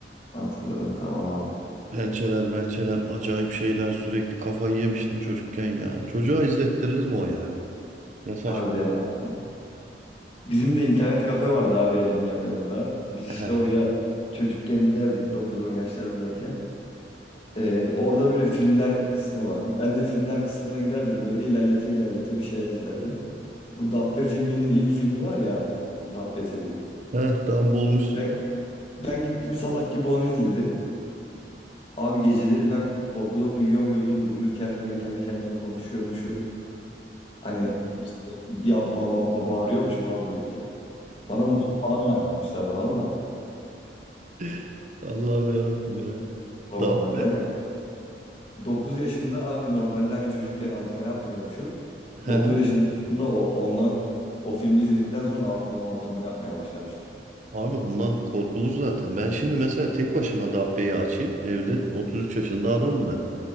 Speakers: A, on the left; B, on the right.
A: hatırladım tamam abi.
B: Pençeler, mençeler, acayip şeyler. Sürekli kafayı yemiştim çocukken ya. Çocuğa izlettirilir mi o ya? Ne saçma.
A: Harbiden abi ya. Bizim de internet kafe vardı abi evin yakınında. Biz işte
B: <laughs> Heh,
A: oraya çocukken giderdik 9-10 yaşlarındayken. Ee, orada böyle filmler kısmı var. Ben de filmler kısmına girerdim böyle ilerlete ilerlete bir şeyler izlerdim. Bu Dabbe filminin ilk filmi var ya abi. Dabbe serisi.
B: heh, tam bulmuşsun.
A: Ben, ben gittim salak gibi onu izledim. Abi geceleri ben korkudan uyuyamıyordum. Uyurken böyle kendi kendime konuşuyormuşum. Hani işte yapma yapma bağırıyormuşum abi uyurken. Bana musluk falan yaptırmışlardı valla
B: <laughs> Allah'ım yarabbim ya.
A: o zamanlar.
B: Dabbe.
A: Ben 9 yaşında abi normalde hani çocukken altıma yapmıyormuşum.
B: He.
A: 9
B: he.
A: yaşında sonra o- ondan o filmi izledikten sonra altıma altıma yapmaya başlamıştım.
B: Abi ondan korkulur zaten. Ben şimdi mesela tek başıma Dabbe'yi açayım. Evde 33 yaşında adamım ben.